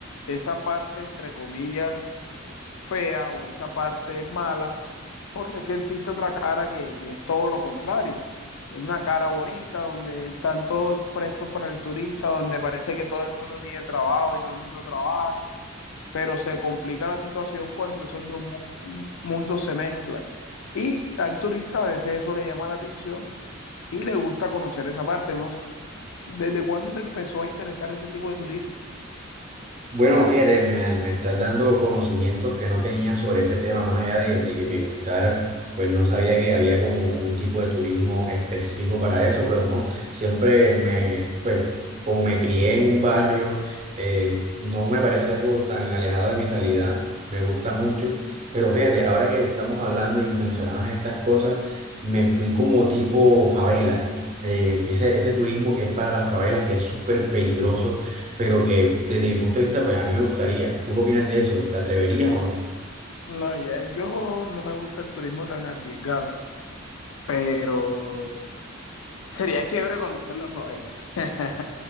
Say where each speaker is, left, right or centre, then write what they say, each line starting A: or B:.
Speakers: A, on the left; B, on the right.
A: esa parte, entre comillas, fea o esa parte mala, porque es que existe otra cara que, que es todo lo contrario. Es una cara bonita donde están todos prestos para el turista, donde parece que todo el mundo tiene trabajo y todo el mundo trabaja pero se complica la situación cuando esos dos mu- mundos se mezclan. Y al turista a veces eso le llama la atención y le gusta conocer esa parte. No, ¿Desde cuándo te empezó a interesar ese tipo de turismo?
B: Bueno, fíjate, me, me estás dando conocimientos que no tenía sobre ese tema, más allá de, de que me gustara, pues no sabía que había como un tipo de turismo específico para eso, pero no, siempre me, pues como me crié en un barrio, eh, no me parece algo tan alejado de mi realidad, me gusta mucho, pero fíjate, ahora que estamos hablando y me mencionabas estas cosas, me fui como tipo favela, eh, ese, ese turismo que es para las favelas, que es súper peligroso pero que desde mi punto de vista, pues a mí me gustaría. ¿Tú qué opinas de eso? ¿Te atreverías o no?
A: No, ya yo no me gusta el turismo tan arriesgado, pero sería chévere conocer la favela. <laughs>